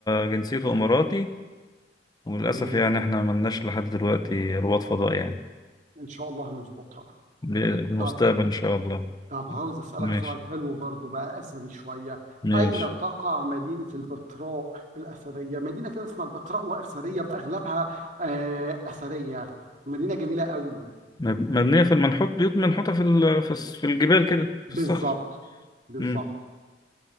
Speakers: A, on the left; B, on the right.
A: جنسيته اماراتي وللاسف
B: تمام
A: يعني احنا ملناش لحد دلوقتي رواد فضاء يعني
B: ان شاء الله هنظبطها
A: ب- في المستقبل
B: طب
A: ان شاء الله
B: طب عاوز اسالك
A: ماشي
B: سؤال حلو برضو بقى اثري شويه
A: ماشي
B: اين تقع مدينه البتراء الاثريه مدينه كده اسمها البتراء واثريه باغلبها آه اثريه مدينه جميله قوي
A: مب- مبنيه في المنحوت بيوت منحوته في ال- في الس- في الجبال كده في
B: بالظبط
A: الصخر
B: بالظبط
A: امم